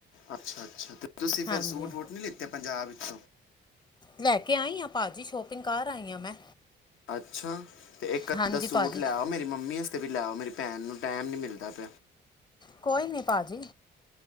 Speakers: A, on the left (about 80°); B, on the left (about 20°).
A: ਅੱਛਾ ਅੱਛਾ ਤੁਸੀਂ ਫਿਰ
B: ਹਾਂਜੀ।
A: ਸੂਟ ਵੂਟ ਨਹੀਂ ਲਿੱਤੇ ਤੇ ਪੰਜਾਬ ਵਿੱਚੋਂ-
B: ਲੈ ਕੇ ਆਈ ਆਂ ਭਾਜੀ ਸ਼ੋਪਿੰਗ ਕਾਰ ਆਈ ਆਂ ਮੈਂ।
A: ਅੱਛਾ ਤੇ ਇੱਕ ਅੱਦਾ
B: ਹਾਂਜੀ
A: ਸੂਟ
B: ਭਾਅ ਜੀ
A: ਲੈ ਆਓ ਮੇਰੀ ਮੰਮੀ ਆਸਤੇ ਵੀ ਲੈ ਆਓ ਮੇਰੀ ਭੈਣ ਨੂੰ ਟੈਮ ਨੀ ਮਿਲਦਾ ਪਿਆ।
B: ਕੋਈ ਨਈਂ ਭਾਜੀ